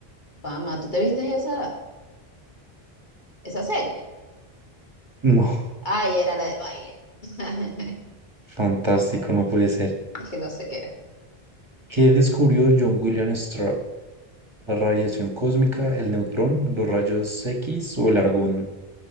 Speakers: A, on the left; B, on the right.
A: Pama, ¿tú te viste esa, esa serie?
B: No,
A: Ay, era la de baile. <laughs>
B: fantástico, no puede ser.
A: Es que no sé qué era.
B: ¿Qué descubrió John William Stroud? ¿La radiación cósmica, el neutrón, los rayos X o el argón?